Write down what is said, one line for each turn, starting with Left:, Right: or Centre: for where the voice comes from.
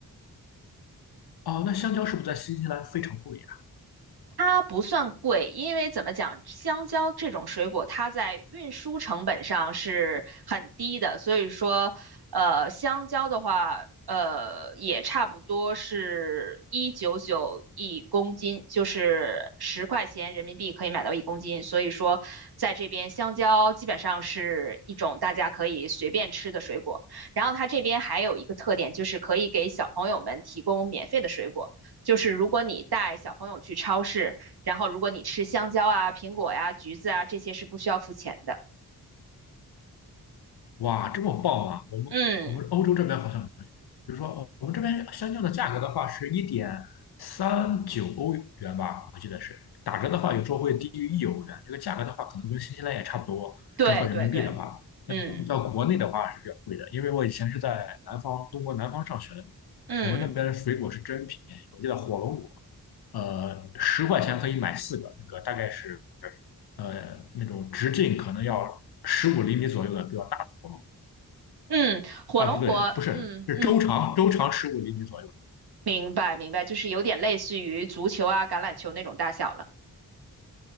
Left: 哦，那香蕉是不是在新西兰非常贵？
Right: 它不算贵，因为怎么讲，香蕉这种水果，它在运输成本上是很低的，所以说，呃，香蕉的话，呃，也差不多是一九九一公斤，就是十块钱人民币可以买到一公斤，所以说，在这边香蕉基本上是一种大家可以随便吃的水果。然后它这边还有一个特点，就是可以给小朋友们提供免费的水果。就是如果你带小朋友去超市，然后如果你吃香蕉啊、苹果呀、橘子啊，这些是不需要付钱的。
Left: 哇，这么棒啊！我们我们欧洲这边好像没有，
Right: 嗯，
Left: 比如说哦我们这边香蕉的价格的话是一点三九欧元吧，我记得是打折的话，有时候会低于一欧元。这个价格的话，可能跟新西兰也差不多，
Right: 对对对，
Left: 折合人民币的话，
Right: 嗯
Left: 但相比较国内的话是比较贵的，因为我以前是在南方，中国南方上学的，
Right: 嗯
Left: 我们那边的水果是真便宜，我记得火龙果，呃，十块钱可以买四个，那个大概是呃那种直径可能要十五厘米左右的比较大的火龙。
Right: 嗯，火龙果，
Left: 啊，不对，不是，
Right: 嗯嗯，
Left: 是周长，周长十五厘米左右的。
Right: 明白明白，就是有点类似于足球啊、橄榄球那种大小了。